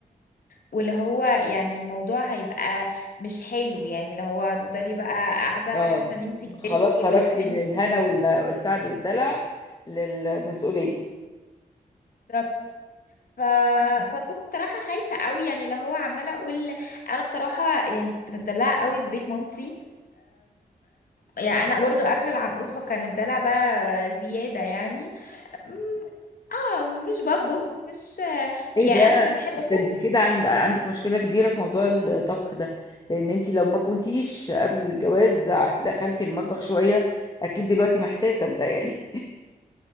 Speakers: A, on the left; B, on the left.
A: واللي هو يعني الموضوع هيبقى مش حلو يعني اللي هو هتفضلي بقى قاعدة
B: اه
A: حاسة إن أنت كبرتي
B: خلاص خرجتي
A: والكلام
B: من
A: ده
B: الهنا وال- والسعد والدلع للمسؤولية
A: بالظبط ف... فكنت بصراحة خايفة قوي يعني اللي هو عمالة أقول أنا بصراحة يعني كنت متدلعة قوي في بيت مامتي يعني انا برضو اخر العنقود فكان الدلع بقى زيادة يعني أم، اه مش بطبخ مش
B: ايه
A: يعني
B: ده
A: انا كنت بحب
B: ده
A: اطبخ
B: انت كده عند... عندك مشكلة كبيرة في موضوع الطبخ ده لان انت لو ما كنتيش قبل الجواز دخلتي المطبخ شوية اكيد دلوقتي محتاسة متهيألي